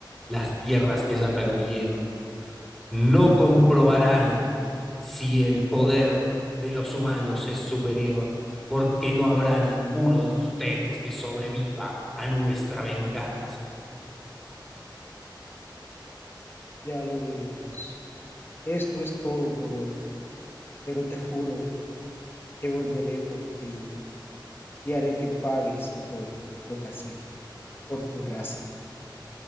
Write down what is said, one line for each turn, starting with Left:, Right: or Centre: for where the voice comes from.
Centre: las tierras que ya perdieron, no comprobarán si el poder de los humanos es superior, porque no habrá ninguno de ustedes que sobreviva a nuestra venganza.
Left: ya lo veremos. Esto es todo por hoy, pero te juro que volveré por ti. y haré que pagues todo lo que has hecho por tu raza.